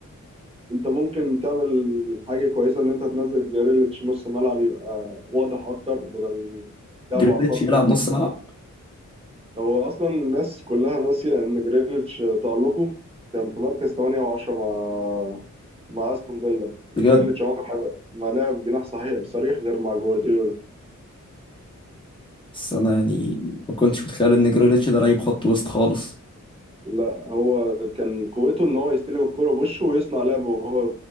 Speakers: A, on the right (about 20°); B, on the left (about 15°).
A: انت ممكن تعمل حاجه كويسه ان انت تنزل جريليتش نص ملعب يبقى واضح اكتر بدل لعبه
B: جريليتش
A: على الخط
B: يلعب نص ملعب
A: هو اصلا الناس كلها ناسيه ان جريليتش تالقه كان في مركز 8 و10 مع مع استون فيلا
B: بجد
A: جريليتش عمره ما ما لعب جناح صحيح صريح غير مع جوارديولا
B: بس أنا يعني ما كنتش متخيل إن جريليتش ده لعيب خط وسط خالص
A: لا هو كان قوته ان هو يستلم الكرة بوشه ويصنع لعبه وهو